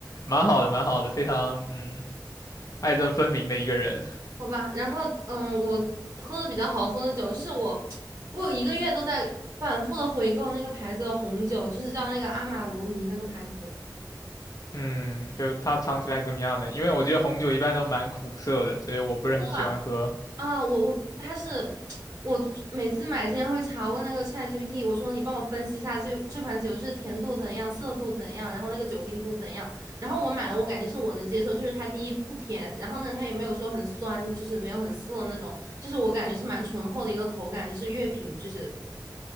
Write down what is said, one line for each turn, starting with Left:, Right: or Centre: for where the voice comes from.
Left: 蛮好的，蛮好的，非常嗯爱憎分明的一个人。
Right: 好吧，然后嗯，我喝的比较好喝的酒，就是我，我有一个月都在反复的回购那个牌子的红酒，就是叫那个阿玛罗尼那个牌子，真
Left: 嗯，就它尝起来怎么样呢？因为我觉得红酒一般都蛮苦涩的，所以我不是很喜欢喝。
Right: 的吧？啊，我我它是我每次买之前会查问那个 ChatGPT，我说你帮我分析一下这这款酒是甜度怎样、涩度怎样，然后那个酒精度怎样，然后我买了，我感觉是我能接受，就是它第一不甜，然后呢它也没有说很酸，就是没有很涩那种，就是我感觉是蛮醇厚的一个口感，就是乐品就是